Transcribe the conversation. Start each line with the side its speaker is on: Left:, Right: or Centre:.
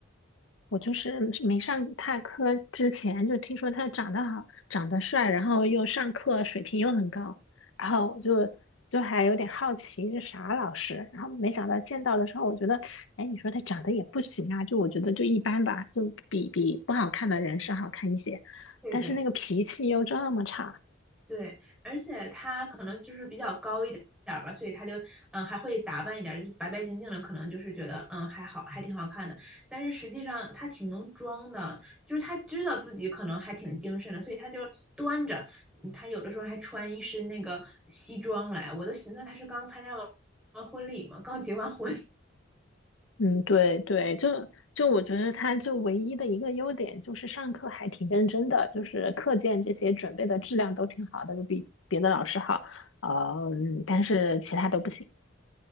Left: 我就是没上他课之前就听说他长得好，长得帅，然后又上课水平又很高，然后我就就还有点好奇这啥老师，然后没想到见到了之后，我觉得，哎，你说他长得也不行啊，就我觉得就一般吧，就比比不好看的人是好看一些，
Centre: <laughs> 对对。
Left: 但是那个脾气又这么差。
Centre: 对，而且他可能就是比较高一点儿吧，所以他就嗯还会打扮一点儿，就是白白净净的，可能就是觉得嗯还好，还挺好看的。但是实际上他挺能装的，就是他知道自己可能还挺精神的，所以他就端着，嗯他有的时候还穿一身那个西装来，我都寻思他是刚参加完完婚礼嘛，刚结完婚。
Left: 嗯，对对，就就我觉得他就唯一的一个优点就是上课还挺认真的，就是课件这些准备的质量都挺好的，就比别的老师好。呃，嗯但是其他都不行。